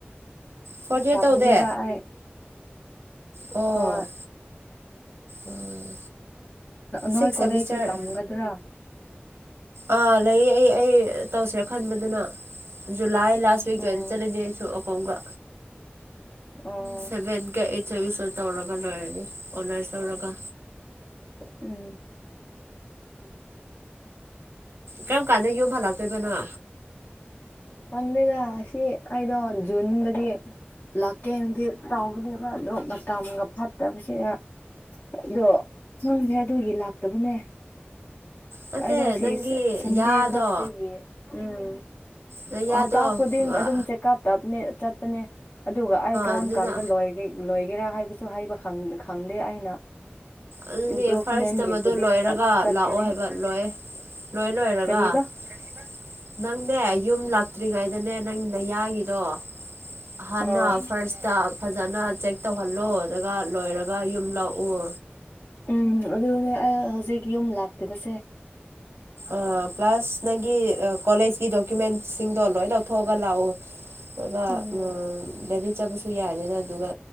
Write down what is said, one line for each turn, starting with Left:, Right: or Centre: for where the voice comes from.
Right: ꯐꯣꯔꯠ ꯏꯌꯥꯔ
Left: ꯀꯝꯗꯦꯕꯥꯏ
Right: ꯇꯧꯗꯦ ꯑꯣ
Left: ꯍ
Right: ꯎꯝ
Left: ꯅꯣꯏ
Right: ꯁꯤꯛꯁ ꯁꯦꯃꯤꯁꯇꯔ
Left: ꯀꯣꯂꯦꯖꯁꯤ ꯇꯝꯒꯗ꯭ꯔꯥ
Right: ꯑꯥ ꯂꯩ ꯑꯩ ꯑꯩ ꯇꯧꯁꯦ ꯈꯟꯕꯗꯨꯅ ꯖꯨꯂꯥꯏ ꯂꯥꯁ ꯋꯤꯛꯀꯤꯗ
Left: ꯑꯣ
Right: ꯆꯠꯂꯅꯤ ꯑꯩꯁꯨ ꯑꯈꯣꯡꯒ
Left: ꯑꯣ
Right: ꯁꯦꯚꯦꯟꯒ ꯑꯩꯠ ꯁꯦꯃꯤꯁꯇꯔ ꯇꯧꯔꯒ ꯂꯣꯏꯔꯅꯤ ꯑꯣꯅꯔꯁ ꯂꯧꯧꯔꯒ
Left: ꯎꯝ ꯎꯝ
Right: ꯀꯔꯝ ꯀꯥꯟꯗ ꯌꯨꯝ ꯍꯜꯂꯛꯇꯣꯏꯕꯅꯣ
Left: ꯈꯪꯗꯦꯗ ꯑꯁꯤ ꯑꯩꯗꯣ ꯖꯨꯟꯗꯗꯤ ꯂꯥꯛꯀꯦꯅꯗꯤ ꯇꯧꯕꯅꯦꯕ ꯑꯗꯣ ꯃꯇꯝꯒ ꯐꯠꯇꯕꯁꯤꯗ ꯑꯗꯣ ꯈꯪꯗꯦ ꯑꯗꯨꯒꯤ ꯂꯥꯛꯇꯕꯅꯦ
Right: ꯅꯠꯇꯦ
Left: ꯑꯗꯣ ꯁꯤ
Right: ꯅꯪꯒꯤ
Left: ꯁꯟꯗꯦ
Right: ꯌꯥꯗꯣ
Left: ꯈꯛꯇꯒꯤ ꯎꯝ
Right: ꯅꯌꯥꯗꯣ
Left: ꯍꯞꯇꯥ ꯈꯨꯗꯤꯡ
Right: ꯑꯥ
Left: ꯑꯗꯨꯝ ꯆꯦꯛꯑꯞ ꯇꯞꯅꯦ ꯆꯠꯄꯅꯦ ꯑꯗꯨꯒ ꯑꯩ ꯀꯔꯝ
Right: ꯑꯗꯨꯅ
Left: ꯀꯥꯟꯗ ꯂꯣꯏꯒꯦ ꯂꯣꯏꯒꯦꯔꯥ ꯍꯥꯏꯕꯁꯨ ꯍꯥꯏꯕ ꯈꯪ ꯈꯪꯗꯦ ꯑꯩꯅ
Right: ꯑꯗꯨꯅꯦ
Left: ꯏꯝꯄ꯭ꯔꯨꯚꯃꯦꯟꯒꯤ
Right: ꯐꯔꯁꯇ ꯃꯗꯨ
Left: ꯈꯨꯗꯤꯡꯗ
Right: ꯂꯣꯏꯔꯒ
Left: ꯑꯗꯨꯝ ꯆꯠꯀꯅꯤ
Right: ꯂꯥꯛꯑꯣ ꯍꯥꯏꯕ ꯂꯣꯏꯌꯦ ꯂꯣꯏ ꯂꯣꯏꯔꯒ
Left: ꯀꯔꯤꯕ
Right: ꯀꯔꯤꯕ ꯅꯪꯅꯦ ꯌꯨꯝ ꯂꯥꯛꯇ꯭ꯔꯤꯉꯩꯗꯅꯦ ꯅꯪ ꯅꯌꯥꯒꯤꯗꯣ ꯍꯥꯟꯅ
Left: ꯑꯥ
Right: ꯐꯔꯁꯇ ꯐꯖꯅ ꯆꯦꯛ ꯇꯧꯍꯜꯂꯣ ꯑꯗꯨꯒ ꯂꯣꯏꯔ ꯒ ꯌꯨꯝ ꯂꯥꯛꯑꯣ
Left: ꯎꯝ ꯑꯗꯨꯅꯦ ꯑꯩ ꯍꯧꯖꯤꯛ ꯌꯨꯝ ꯂꯥꯛꯇꯕꯁꯦ
Right: ꯑ ꯄ꯭ꯂꯁ ꯅꯪꯒꯤ ꯀꯣꯂꯦꯖꯀꯤ ꯗꯣꯀꯨꯃꯦꯟꯁꯤꯡꯗꯣ ꯂꯣꯏ ꯂꯧꯊꯣꯛꯑꯒ ꯂꯥꯛꯎ ꯑꯗꯨꯒ
Left: ꯎꯝ
Right: ꯑ ꯗꯦꯜꯂꯤ ꯆꯠꯄꯁꯨ ꯌꯥꯔꯅꯤꯅ ꯑꯗꯨꯒ